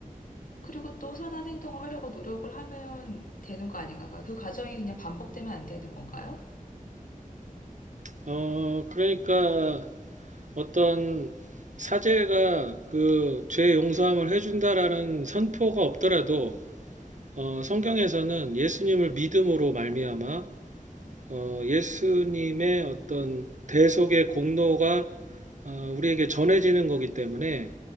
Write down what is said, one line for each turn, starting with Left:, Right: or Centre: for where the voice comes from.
Left: 그리고 또 선한 행동을 하려고 노력을 하면 되는 거 아닌가요? 그 과정이 그냥 반복되면 안 되는 건가요?
Right: 어, 그러니까 어떤 사제가 그 죄 용서함을 해준다라는 선포가 없더라도 어, 성경에서는 예수님을 믿음으로 말미암아 어, 예수님의 어떤 대속의 공로가 어, 우리에게 전해지는 거기 때문에